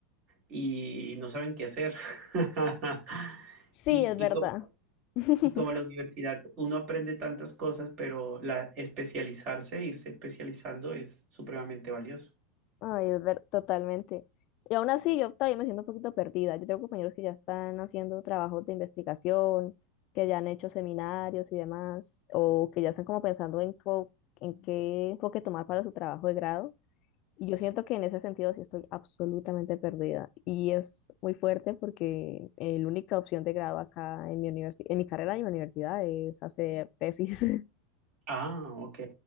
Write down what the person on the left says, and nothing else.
Sí,
es
verdad.
<laughs>
Ay, es ver, totalmente. Y aún así, yo todavía me siento un poquito perdida. Yo tengo compañeros que ya están haciendo trabajos de investigación, que ya han hecho seminarios y demás, o que ya están como pensando en, co- en qué enfoque tomar para su trabajo de grado. Y yo siento que en ese sentido sí estoy absolutamente perdida. Y es muy fuerte porque eh, la única opción de grado acá en mi universi- en mi carrera y mi universidad es hacer tesis. <laughs>